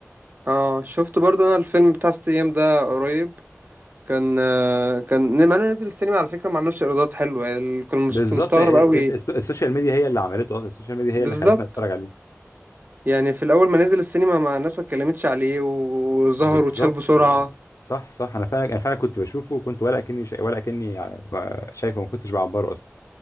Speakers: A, on the right (about 40°); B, on the left (about 75°).
A: اه شفت برضو أنا الفيلم بتاع ست أيام ده قريب كان آه، كان لما انا نزل السينما على فكره ما عملش ايرادات حلوه يعني كان مس-
B: بالظبط
A: كنت مستغرب
B: آه، آه،
A: قوي
B: الس- السوشيال ميديا هي اللي عملته أصلا السوشيال ميديا هي
A: بالظبط
B: اللي خلتنا نتفرج عليه
A: يعني في الاول ما نزل السينما ما الناس ما اتكلمتش عليه و-
B: بالظبط
A: وظهر واتشال بسرعه
B: آه، صح صح أنا فعلا أنا فعلا كنت بشوفه وكنت ولا كأني شا... ولا كأني ع- شايفه ما كنتش بعبره أصلا